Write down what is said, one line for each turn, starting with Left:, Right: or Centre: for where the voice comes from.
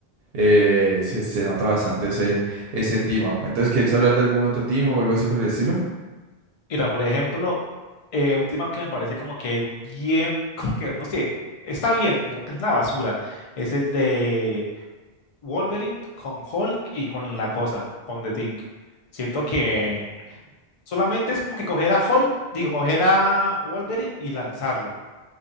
Right: eh, se, se nota bastante ese, ese team up. Entonces, ¿quieres hablar de algún otro team up o algo así por el estilo?
Left: Mira, por ejemplo, eh, un tema que me parece como que bien, como que, no sé, está bien, como que es una basura, es el de Wolverine con Hulk y con la cosa, con The Thing. Siento que solamente es como que coger a Hulk, digo, coger a Wolverine y lanzarlo.